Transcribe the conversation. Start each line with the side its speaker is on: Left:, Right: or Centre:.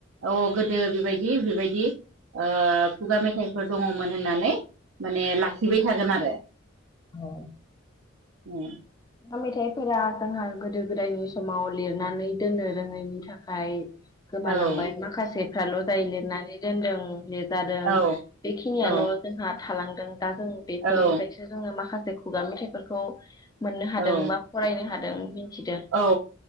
Right: अ गोदो बेबायदि बेबायदि ओ खुगा मेथाइफोर दङमोन होननानै माने लाखिबाय थागोन आरो।
Left: औ।
Right: ओं।
Left: मेथाइफोरा जोंहा गोदो-गोदायनि समाव लिरनानै दोननो रोङैनि थाखाय। गोमालांबाय
Right: औ
Left: माखासेफ्राल' जाय लिरनानै दोनदों लिरजादों
Right: औ
Left: बेखिनियाल'
Right: औ
Left: जोंहा। थालांदों। दा जों बेफोरनिफ्रायसो
Right: औ
Left: माखासे खुगा मेथाइफोरखौ मोननो हादों
Right: औ
Left: बा फरायनो हादों मिथिदों
Right: औ